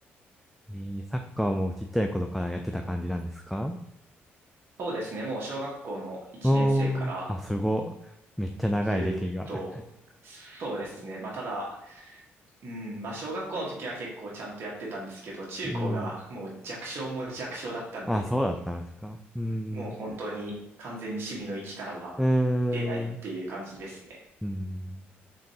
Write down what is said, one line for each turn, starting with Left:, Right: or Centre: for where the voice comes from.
Centre: えーサッカーもちっちゃい頃からやってた感じなんですか
Right: そうですね、もう小学校の1年生から
Centre: おー、あ、すご。めっちゃ長い歴が。
Right: ずっと、そうですね、まあただ、うん、まあ小学校の時は結構ちゃんとやってたんですけど、中高がもう弱小も弱小だったんで、
Centre: <laughs> うん。あ、そうだったんですか。うーん。
Right: もう本当に完全に趣味の域からは出ないっていう感じですね。
Centre: うーん。うーん。